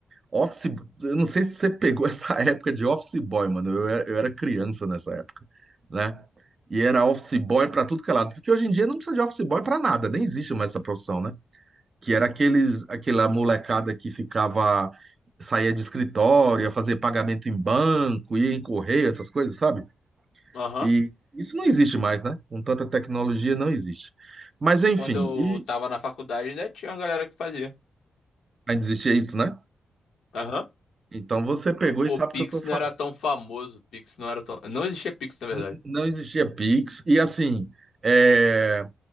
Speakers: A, on the right; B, on the left.
A: Office, eu não sei se você pegou <laughs> essa época de Office Boy, mano. Eu era, eu era criança nessa época, né? E era Office Boy pra tudo que é lado. Porque hoje em dia não precisa de Office Boy pra nada, nem existe mais essa profissão, né? Que era aqueles, aquela molecada que ficava, saía de escritório, ia fazer pagamento em banco, ia em correio, essas coisas, sabe?
B: Aham,
A: E isso não existe mais, né? Com tanta tecnologia, não existe. Mas enfim,
B: Quando
A: e
B: eu tava na faculdade, ainda tinha uma galera que fazia.
A: ainda existia isso, né?
B: aham,
A: Então você pegou e
B: O
A: sabe
B: Pix
A: o que eu tô
B: não
A: falando.
B: era tão famoso. O Pix não era tão. Não existia Pix, na verdade.
A: N- Não existia Pix e assim é,